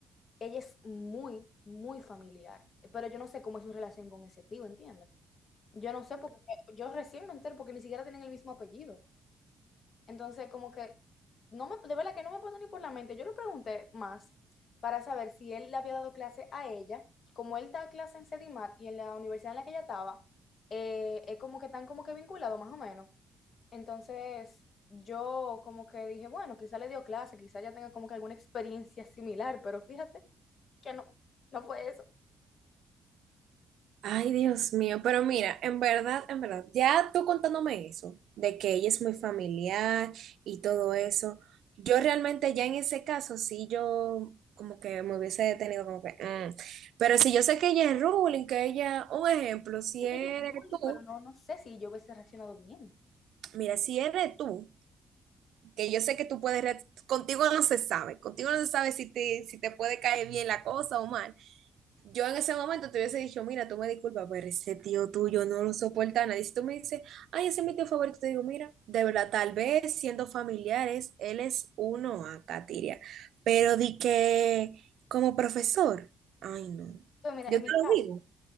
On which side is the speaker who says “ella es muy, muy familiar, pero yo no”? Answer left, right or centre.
Left